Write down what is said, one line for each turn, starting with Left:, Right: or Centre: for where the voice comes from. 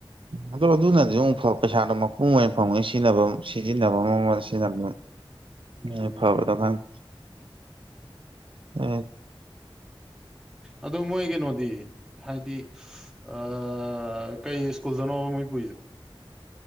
Right: ꯑꯗꯣ ꯑꯗꯨꯅꯗꯤ ꯑꯃꯨꯛ ꯄꯩꯁꯥꯗꯣ ꯃꯄꯨꯡ ꯑꯣꯏꯅ ꯐꯪꯉ ꯁꯤꯖꯤꯟꯅꯕ ꯁꯤꯖꯤꯟꯅꯕ ꯑꯃꯗ ꯁꯤꯟꯅꯕ
Centre: ꯎꯝ
Right: ꯑ ꯐꯕ ꯇ ꯊꯪ ꯑ
Centre: ꯑꯗꯣ ꯃꯣꯏ ꯀꯩꯅꯣꯗꯤ ꯍꯥꯏꯗꯤ ꯑ ꯀꯩ ꯁ꯭ꯀꯨꯜꯗꯅꯣꯕ ꯃꯣꯏ ꯄꯨꯏꯗꯣ